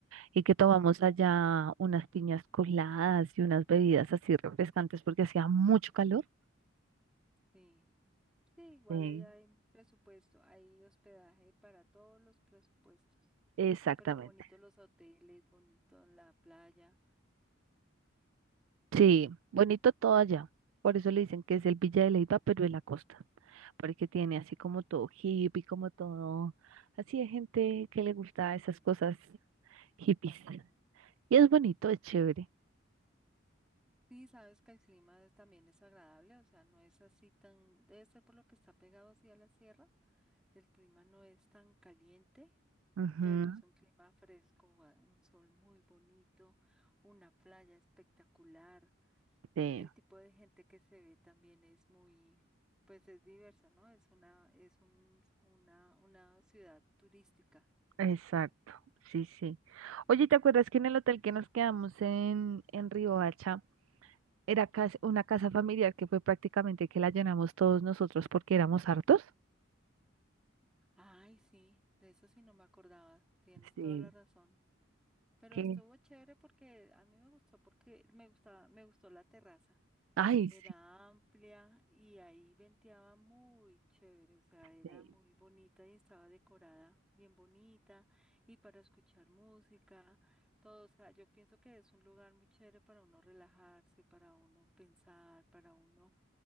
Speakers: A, on the right (about 90°); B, in the centre.
A: Y que tomamos
B: Mm.
A: allá unas piñas coladas y unas bebidas así refrescantes porque hacía mucho calor.
B: Sí. Sí, igual
A: Sí,
B: allá hay presupuesto, hay hospedaje para todos los presupuestos.
A: exactamente.
B: Pero bonitos los hoteles, bonito la playa.
A: Sí, bonito todo allá. Por eso le dicen que es el Villa de Leyva, pero de la costa, porque tiene así como todo hippie, como todo, así de gente que le gusta esas cosas hippies. Y es bonito, es chévere.
B: Sí, sabes que el clima es- también es agradable, o sea, no es así tan, debe ser por lo que está pegado así a la sierra. El clima no es tan caliente,
A: Ujú,
B: pero es un clima fresco, ah, un sol muy bonito, una playa espectacular.
A: sí.
B: El tipo de gente que se ve también es muy, pues es diverso, ¿no? Es una, es un, una, una ciudad turística.
A: Exacto, sí, sí. Oye, ¿te acuerdas que en el hotel que nos quedamos en, en Riohacha era cas- una casa familiar que fue prácticamente que la llenamos todos nosotros porque éramos hartos?
B: Ay, sí, de eso sí no me acordaba. Tienes
A: Sí,
B: toda la razón. Pero
A: que
B: estuvo chévere porque a mí me gustó porque me gustaba, me gustó la terraza.
A: Ay,
B: Era
A: sí,
B: amplia y ahí venteaba muy chévere, o sea, era
A: sí,
B: muy bonita y estaba decorada bien bonita y para escuchar música, todo, o sea, yo pienso que es un lugar muy chévere para uno relajarse, para uno pensar, para uno,